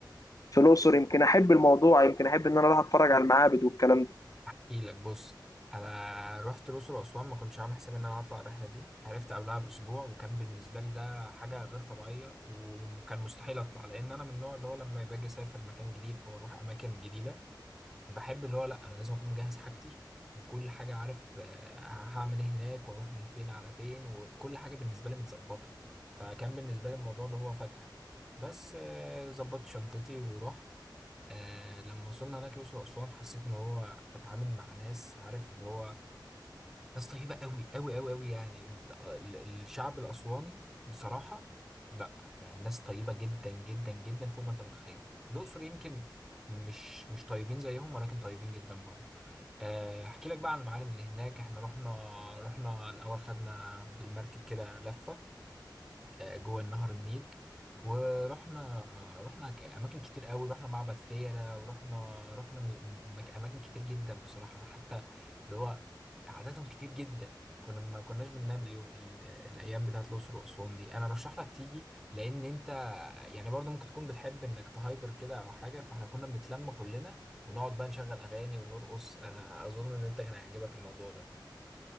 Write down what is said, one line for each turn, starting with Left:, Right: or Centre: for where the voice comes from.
Left: في الأقصر يمكن أحب الموضوع يمكن أحب إن أنا أروح أتفرج على المعابد والكلام ده
Centre: احكيلك بص انا رحت الاقصر واسوان ما كنتش عامل حسابي ان انا هطلع الرحله دي عرفت قبلها باسبوع وكان بالنسبه لي ده حاجه غير طبيعيه وكان مستحيل اطلع لان انا من النوع اللي هو لما باجي اسافر مكان جديد او اروح اماكن جديده بحب اللي هو لا انا لازم اكون مجهز حاجتي وكل حاجه عارف آه، هعمل ايه هناك واروح من فين على فين وكل حاجه بالنسبه لي متظبطه فكان بالنسبه لي الموضوع اللي هو فجأة بس آه، ظبطت شنطتي ورحت آه، لما وصلنا هناك الأقصر وأسوان حسيت إن هو بتعامل مع ناس عارف اللي هو ناس طيبة قوي قوي قوي قوي يعني ال- ال- الشعب الأسواني بصراحة لا يعني ناس طيبة جدا جدا جدا فوق ما أنت متخيل الأقصر يمكن مش مش طيبين زيهم ولكن طيبين جدا برضه آه، أحكي لك بقى عن المعالم اللي هناك إحنا رحنا رحنا الأول خدنا بالمركب كده لفة آه، جوه نهر النيل ورحنا رحنا ك- اماكن كتير قوي رحنا معبد فيلة ورحنا رحنا م- م- مك- اماكن كتير جدا بصراحة انا حتى اللي هو عددهم كتير جدا كنا ما كناش بننام اليوم ال- الايام بتاعت الاقصر واسوان دي انا رشح لك تيجي لان انت يعني برضو ممكن تكون بتحب انك تهايبر كده او حاجة فاحنا كنا بنتلم كلنا ونقعد بقى نشغل اغاني ونرقص انا اظن ان انت كان هيعجبك الموضوع ده